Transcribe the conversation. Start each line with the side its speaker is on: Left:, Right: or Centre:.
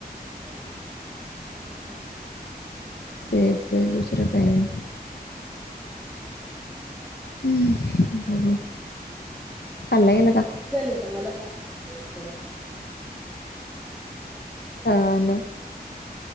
Centre: काही नही होऊन जाईल व्यवस्थित.
Left: तेच व्हय दुसरं काय नाय. हम्म बघू खाल्ला गेला
Centre: मुलगी
Left: का
Centre: झाली तर मला फार आनंद होईल गड्या
Left: हा ना